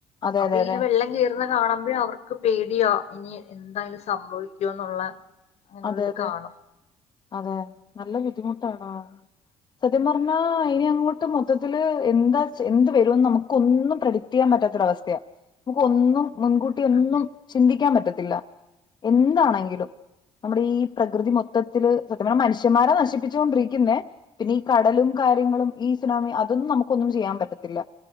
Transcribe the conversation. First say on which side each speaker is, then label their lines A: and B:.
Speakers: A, on the left; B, on the left.
A: അതെ
B: അപ്പൊ
A: അതെ
B: ഇങ്ങനെ
A: അതെ
B: വെള്ളം കേറുന്ന കാണുമ്പഴ അവർക്ക് പേടിയാ ഇനി എന്താണ് സംഭവിക്കോന്നുള്ള അങ്ങനുള്ളത്
A: അതെ അതെ
B: കാണും
A: അതെ നല്ല ബുദ്ധിമുട്ടാടാ സത്യം പറഞ്ഞാ ഇനി അങ്ങോട്ട് മൊത്തത്തിൽ എന്താ എന്ത് വരുമെന്ന് നമുക്കൊന്നും പ്രെഡിക്ട് ചെയ്യാൻ പറ്റ് പറ്റാത്തൊരവസ്ഥയാ നമുക്ക് ഒന്നും മുൻകൂട്ടി ഒന്നും
B: അതെ
A: ചിന്തിക്കാൻ പറ്റത്തില്ല എന്താണെങ്കിലും നമ്മുടെ ഈ പ്രകൃതി മൊത്തത്തിൽ സത്യം പറഞ്ഞാ മനുഷ്യൻമാരാ നശിപ്പിച്ചു കൊണ്ടിരിക്കുന്നേ പിന്നെ ഈ കടലും കാര്യ ങ്ങളും ഈ സുനാമി അതൊന്നും നമുക്കൊന്നും ചെയ്യാൻ പറ്റത്തില്ല